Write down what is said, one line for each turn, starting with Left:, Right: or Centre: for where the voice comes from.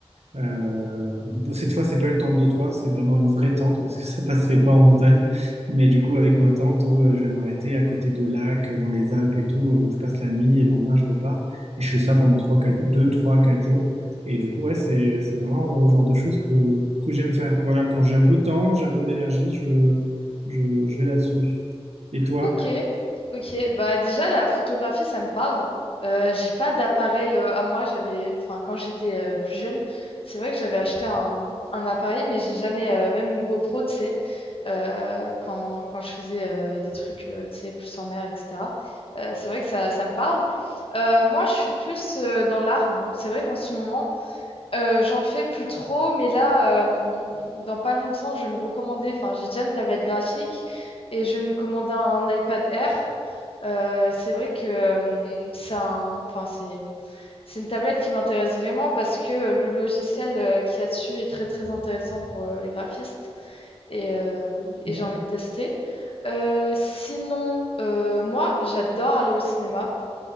Right: euh, cette fois, c'est pas une tente de toit, c'est vraiment une vraie tente parce que <laughs> ça passerait pas en montagne. Mais du coup, avec ma tente, où, euh, je vais m'arrêter à côté de lacs, euh, dans les Alpes et tout, euh, où je passe la nuit et le lendemain, je repars. Et je fais ça pendant 3 4, 2, 3, 4 jours. Et du coup, ouais, c'est, c'est vraiment le genre de choses que, que j'aime faire. Voilà, quand j'ai un peu de temps, j'ai un peu d'énergie, je, je, je vais là-dessus. Et toi?
Left: Ok, ok. Bah déjà la photographie, ça me parle. Euh, j'ai pas d'appareil euh, à moi. J'avais, enfin quand j'étais euh, plus jeune, c'est vrai que j'avais acheté un, un appareil, mais j'ai jamais, euh, même une GoPro, tu sais, euh, quand, quand je faisais euh, des trucs, euh, tu sais, plus en mer, etc. Euh, c'est vrai que ça, ça me parle. Euh, moi, je suis plus euh, dans l'art. Bon, c'est vrai qu'en ce moment, euh, j'en fais plus trop, mais là, euh, dans pas longtemps, je vais me recommander, enfin, j'ai déjà une tablette graphique et je vais me commander un iPad Air. Euh, c'est vrai que euh, c'est un- enfin, c'est, c'est une tablette qui m'intéresse vraiment parce que le logiciel euh, qu'il y a dessus est très très intéressant pour euh, les graphistes et, euh, et
Right: Non
Left: j'ai envie de tester. Euh, sinon, euh, moi, j'adore aller au cinéma.